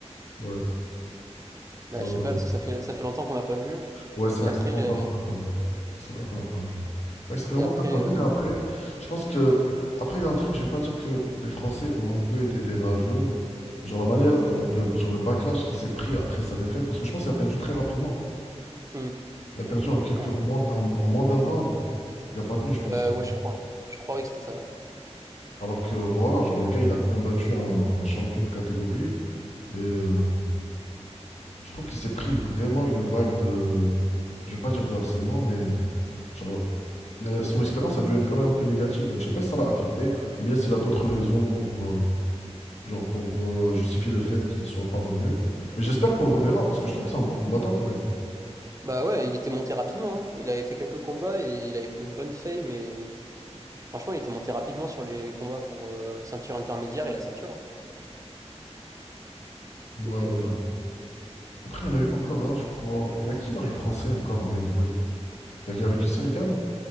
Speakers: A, on the left (about 70°); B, on the right (about 30°).
A: Ouais,
B: Bah,
A: ouais,
B: je
A: ouais.
B: sais pas parce que ça fait ça fait longtemps qu'on l'a pas vu.
A: Ouais, c'est
B: Et
A: vrai
B: après
A: que ça fait longtemps
B: euh,
A: qu'on l'a pas vu. C'est vrai qu'on l'a pas vu. C'est vrai que ça fait
B: et
A: longtemps
B: après
A: qu'on l'a pas vu, mais après,
B: euh,
A: je pense que. Après, il y a un truc, je vais pas dire que les Français ont un peu été des rageux. Genre la manière dont. Le, genre le backlash qui s'est pris après sa défaite, parce que je pense qu'il a perdu très rapidement.
B: hmm,
A: Il a perdu en quelques,
B: ouais
A: en moins, en, en moins d'un round. Il a pas tenu, je pense.
B: Euh, ouais je crois je crois que c'était ça. Ouais.
A: Alors que voilà, genre le gars, il a combattu un, un champion de catégorie. Et euh, je trouve qu'il s'est pris vraiment une vague de. Je vais pas dire de harcèlement, mais. Genre, euh, son expérience a dû être quand même un peu négative. Donc je sais pas si ça l'a affecté ou bien s'il a d'autres raisons pour, euh, genre pour euh, justifier le fait qu'il soit pas revenu. Mais j'espère qu'on le reverra parce que je trouve que c'est un bon combattant quand même.
B: Bah ouais, il était monté rapidement. hein. Il avait fait quelques combats et il avait pris une bonne fame. Mais franchement, il était monté rapidement sur les combats pour euh, ceinture intermédiaire et la ceinture. hein.
A: Ouais,
B: Donc
A: ouais,
B: euh,
A: ouais. Après, il y en a eu encore un, je crois. Il y a qui dans les Français encore en heavyweight? Il y avait que Regan?